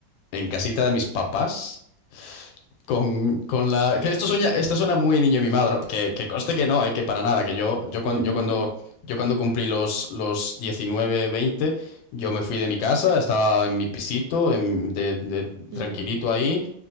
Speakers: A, on the left; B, on the right.
A: en casita de mis papás con, con la. Que esto suena, esto suena muy niño mimado, ¿no? Que, que conste que no, ¿eh? Que para nada, que yo, yo, cuando,
B: Ujú,
A: yo, cuando,
B: ujú,
A: yo cuando cumplí los, los 19 20 yo me fui de mi casa, estaba en mi pisito, en- de, de-
B: mm,
A: tranquilito ahí,